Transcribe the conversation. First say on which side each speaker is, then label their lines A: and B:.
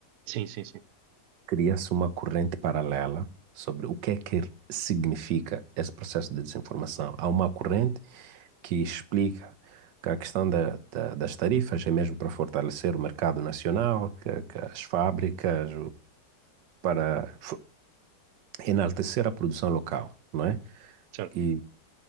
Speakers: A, on the right; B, on the right.
A: Sim, sim, sim.
B: cria-se uma corrente paralela sobre o que é que significa esse processo de desinformação. Há uma corrente que explica que a questão da, da- das tarifas é mesmo para fortalecer o mercado nacional, que, que as fábricas, para enaltecer a produção local, não é?
A: Certo.
B: E,